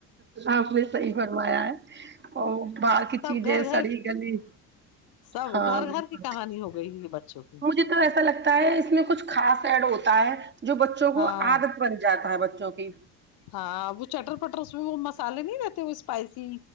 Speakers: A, on the right; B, on the left.
A: آپنے صحیح فرمایا ہے اور باہر
B: سب
A: کی چیزیں
B: گھر گھر
A: سڑی گلی
B: سب
A: ہاں
B: گھر
A: بالکل
B: گھر کی کہانی ہو گئی یہ بچوں کی
A: مجھے تو ایسا لگتا ہے اس میں کچھ خاص ایڈ ہوتا ہے جو بچوں کو
B: ہاں
A: عادت بن جاتا ہے بچوں کی
B: ہاں وہ چٹر پٹر اس میں وہ مسالے نہیں رہتے وہ اسپائسی